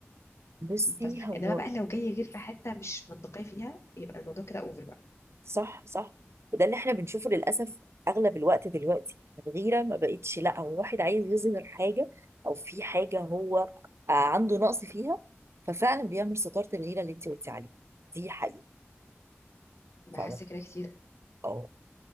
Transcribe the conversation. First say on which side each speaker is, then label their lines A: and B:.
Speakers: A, on the right; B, on the left.
A: بصي
B: بس
A: هو
B: انما بقى لو جاي غير في حته مش منطقيه فيها يبقى الموضوع كده اوفر بقى
A: صح صح وده اللي احنا بنشوفه للأسف أغلب الوقت دلوقتي الغيرة ما بقتش لا هو واحد عايز يظهر حاجة أو في حاجة هو آه، عنده نقص فيها ففعلا بيعمل ستارة الغيرة اللي انت قلتي عليها دي حقيقة
B: بحس
A: فعلا
B: كده كتير
A: اه